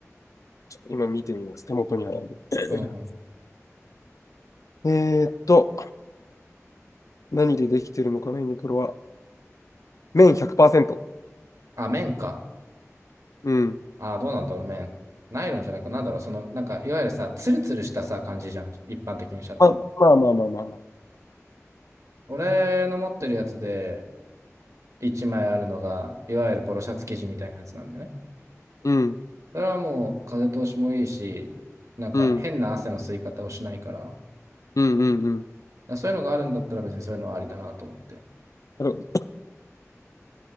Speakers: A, on the left; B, on the right.
A: 今見てみます。手元にあるんで。<laughs>
B: うんうん。
A: えーっと、何でできてるのかな、ユニクロは。綿100%。
B: あ、綿か。
A: うん。
B: あ、どうなんだろう、綿。ナイロンじゃないか。なんだろう、その、なんか、いわゆるさ、ツルツルしたさ、感じじゃん。一般的なシャツ。
A: まあ、まあまあまあまあまあ。
B: 俺の持ってるやつで、一枚あるのが、いわゆるポロシャツ生地みたいなやつなんだよね。
A: うん。
B: それはもう、風通しもいいし、なんか、
A: うん。
B: 変な汗の吸い方をしないから、
A: うん。うん。うん。
B: そういうのがあるんだったら別にそういうのはありだなと思って。
A: なるほど